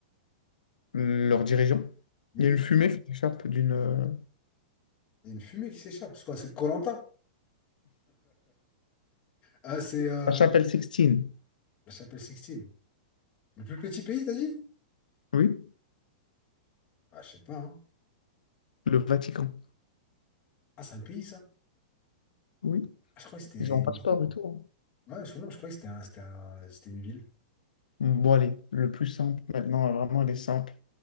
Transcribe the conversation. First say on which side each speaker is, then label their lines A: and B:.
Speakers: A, on the left; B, on the left.
A: leurs dirigeants,
B: oui.
A: il y a une fumée qui s'échappe d'une euh,
B: Il y a une fumée qui s'échappe. C'est quoi? C'est koh <laughs> Ah, c'est. Euh...
A: la chapelle Sixtine,
B: La chapelle Sixtine. Le plus petit pays, t'as dit?
A: oui,
B: Ah, je sais pas. hein.
A: le Vatican,
B: Ah, c'est un pays, ça?
A: oui,
B: Ah, je crois que c'était
A: ils ont
B: une
A: un passeport
B: ville.
A: et tout. hein.
B: Ouais, je, non, je crois que c'était un- c'était un- c'était une ville.
A: Bon, allez, le plus simple maintenant, vraiment, elle est simple.